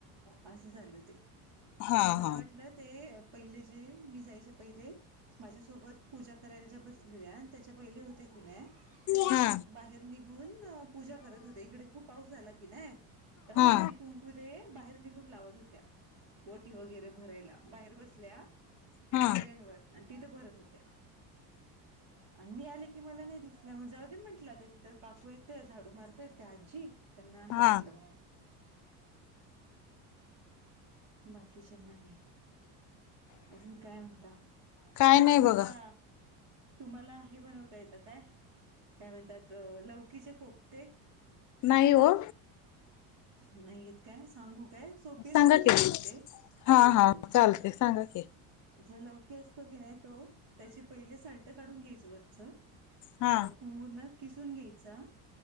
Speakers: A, on the right; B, on the left.
A: असं झालं ते.
B: हा
A: आणि मला
B: हा
A: वाटलं ते पहिले जे, मी जायचे पहिले, माझ्यासोबत पूजा करायला ज्या बसलेल्या त्याच्या पहिले होते की नाही, त्या लगेच
B: हा
A: बाहेर निघून पूजा करत होते. इकडे खूप पाऊस आला की नाही. त
B: हा
A: हळदी कुं कू ते बाहेर निघून लावत होत्या. ओटी वगैरे भरायला बाहेर बसल्या.
B: हा
A: पायऱ्यांवर. अन तिथं भरत होत्या. आणि मी आले की मला नाही दिसल्या. मग जाऊ दे म्हंटलं आता. तिथं काकू येत त्या झाडू मारताय त्या आजी त्यांना हे
B: हा
A: केलं. बाकीच्यांना नाही. अजून काय म्हणता?
B: काय नाही
A: तुम्हाला
B: बघा
A: तुम्हाला हे बनवता येतं काय, काय म्हणतात लवकीचे कोपते?
B: नाही हो.
A: ह. <inaudible> नाही येत काय सांगू काय? सोपी रेसिपी
B: सांगा की
A: सांगते
B: हा हा
A: हो.
B: चालते सांगा की
A: जे लौकी असतो की नाही तो त्याची पहिले साल्ट काढून घ्यायच वरच
B: हा
A: मग पूर्ण किसून घ्यायचा